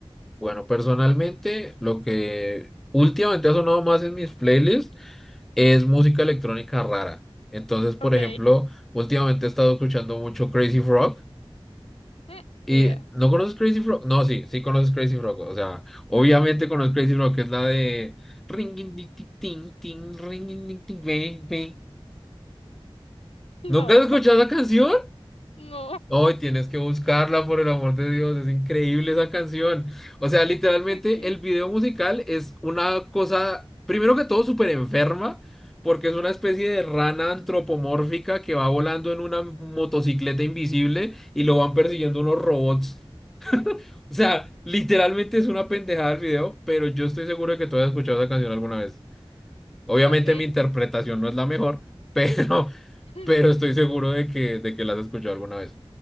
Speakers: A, in the centre; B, on the left (about 85°).
A: Bueno, personalmente, lo que últimamente ha sonado más en mis playlists es música electrónica rara. Entonces, por
B: Ok.
A: ejemplo, últimamente he estado escuchando mucho Crazy Frog.
B: Mm,
A: Y
B: Ni idea.
A: no conoces Crazy Frog, no, sí, sí conoces Crazy Frog, o sea, obviamente conoces Crazy Frog, que es la de ringing ting ting ting ringing ding, ting bang bang.
B: No,
A: ¿Nunca has escuchado la canción?
B: <laughs> no.
A: Hoy tienes que buscarla por el amor de Dios, es increíble esa canción. O sea, literalmente
B: Ok.
A: el video musical es una cosa, primero que todo, súper enferma, porque es una especie de rana antropomórfica que va volando en una motocicleta invisible y lo van persiguiendo unos robots. O sea, literalmente es una pendejada el video, pero yo estoy seguro de que tú has escuchado esa canción alguna vez. Obviamente
B: Ok.
A: mi interpretación no es la mejor, pero, <laughs>
B: <laughs>
A: pero estoy seguro de que, de que la has escuchado alguna vez.